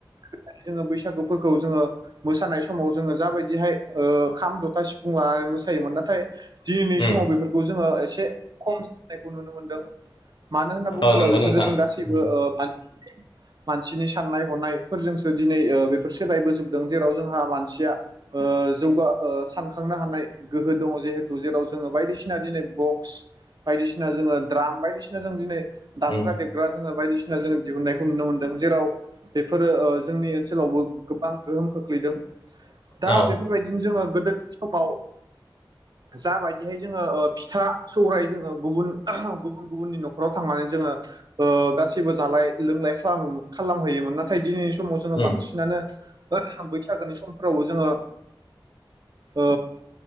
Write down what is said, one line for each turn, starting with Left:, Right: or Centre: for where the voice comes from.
Right: <unintelligible> जोङो बैसागुफोरखौ जोङो मोसानाय समाव जोङो जाबायदिहाय ओ खाम, जथा, सिफुं लानानै मोसा मोन नाथाय दिनैनि समाव
Left: उम
Right: बे जोंङो। एसे खम जानायखौ नुनो मोनदों मानो होनना बुङोब्ला
Left: औ नंगौ
Right: बेफोरजों
Left: नोंथां
Right: नों गासैबो
Left: उम
Right: म मानसिनि साननाय हनाय फोरजोंसो दिनै ओ बेफोर सोलायबोजोबदों जेराव जोंहा मानसिया ओ ओ सान खांनो हानाय गोहो दङ जिहेथु जेराव जोङो बायदिसिना दिनै बक्स बायदिसिना जोङो द्राम बायदिसिना जों दिनै दामग्रा
Left: उम
Right: देबग्रा जोङो बायदिसि <inaudible> जोङो दिहुननायखौ नुनो मोनदों जेराव बेफोरो ओ जोंनि ओनसोलावबो गोबां गोहोम खोख्लैदों। दा
Left: औ
Right: बेफोरबायदिनो जोङो गोदोनि समाव जाबायदिहाय जोङो फिथा सौराय जोङो गुबुन गुबुन गुबुननि न'खराव थांनानै जोङो गासैबो जालाय लोंलाय खालामहैयोमोन नाथाय दिनै समाव जोङो
Left: उम
Right: बांसिनानो हाबै बैसागोनि समफोरावबो जोङो। ओ